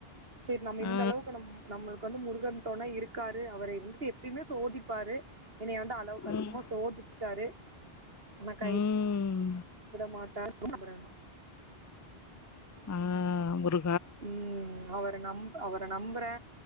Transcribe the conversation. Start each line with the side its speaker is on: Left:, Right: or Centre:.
Right: சோ நம்ம இந்த
Left: ஆ,
Right: அளவுக்கு நம் நம்மளுக்கு வந்து முருகன் தொணை இருக்காரு அவர வந்துட்டு எப்பையுமே சோதி ப்பாரு என்னைய வந்து அளவுக்கு அதிகமா
Left: ம்,
Right: சோதிச்சிட்டாரு ஆனா கை
Left: ம்.
Right: மாட்டாருன் நம்புற நா
Left: ஆ முரு
Right: ம் அவர நம் அவர நம்பறே